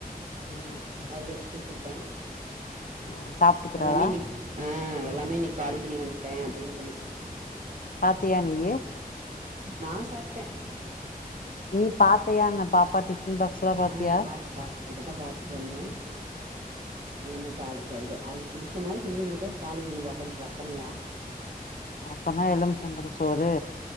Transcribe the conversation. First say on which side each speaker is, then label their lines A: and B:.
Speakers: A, on the left; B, on the right.
A: ம் சேரி சேரி
B: அது வச்சு குடுத்து விட்டேன்.
A: ஆ சாப்ட்டுக்கறாளா
B: எல்லாமே நீ ஆஹ் எல்லாமே நீ காலே பண்ணி வந்துட்டேன் அப்படின்னு சொல்லிச்சு.
A: பாத்தியா நீய
B: நான் சாப்பிட்டேன்.
A: நீ பாத்தையா என்ன பாப்பா டிஃபன் பாக்ஸ்லா பாத்தியா
B: ஆஹ் பார்த்தன் பாார்த்தேன். இப்போ தான் பார்த்துட்டு வந்தேன். எல்லாமே காலி க அவக்கு புடிச்ச மாதிரி செஞ்சு கொடுத்தா காலி பண்ணுவா, கொஞ்சம் வக்கனையா.
A: அப்பனா எலுமிச்சம்பழ சோறு